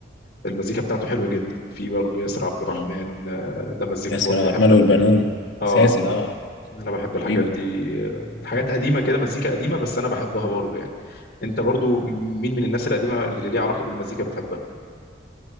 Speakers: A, on the left; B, on the left.
A: المزيكا بتاعته حلوة جدا في برضه ياسر عبد الرحمن
B: اه
A: آه ده مزيكته
B: ياسر
A: برضه
B: عبد
A: بحبها
B: المنعم والبنون
A: اه
B: اساسي ده
A: انا بحب
B: حبيبي
A: الحاجات
B: ده
A: دي آه، حاجات قديمة كده مزيكا قديمة بس انا بحبها برضه يعني انت برضه مين من الناس القديمة اللي ليها علاقة بالمزيكا بتحبها